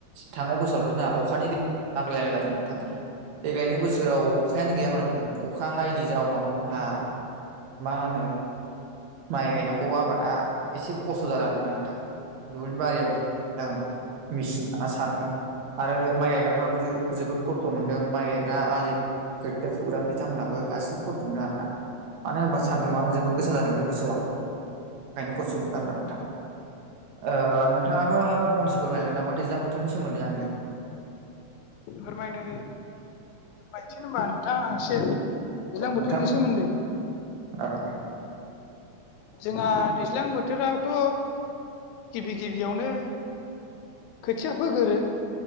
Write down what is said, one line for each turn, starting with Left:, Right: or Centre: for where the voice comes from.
Right: थांनाय बोसोरावथ' जोंहा अखानि नांग्लायलायनाय जादोंमोन नोंथां देग्लायनि बोसोराव अखायानो गैयामानोख अखा हायैनि जाउनाव जोंहा मा होनो माइ गायनांगौ आबादा एसे खस्थ' जाला आरोना नोंथां दुब्लि बारियाव जाहोनाव मेचिन लाना सारदों आरो माइ गायग्राफ्राबो जोबोद खस्थ' मोनदों माइ गायग्रा आलि खैथया फुग्रा बिथांमोनहाबो गासिबो खस्थ' मोनो आरोना मानो होनबा सान्दुङा जोबोद गोसा जायो। ं बे बोसोराव ओंखायनो खस्थ' मोनो आरोना नोंथांा नोंथाङाबो फंनसे फोरमायनो ह नाामा दैज्लाां मोथ बेफोरनि सोम्द आङो
Left: फोरमायनो बायसै होनबा नोंथां आं एसे दैज्लां
Right: औ
Left: बोथोरनि
Right: नोंथां
Left: सोमोन्दै
Right: औ
Left: जोंहा दैज्लां बोथोरावथ' गिबि गिबियावनो खोथिया फोगोरो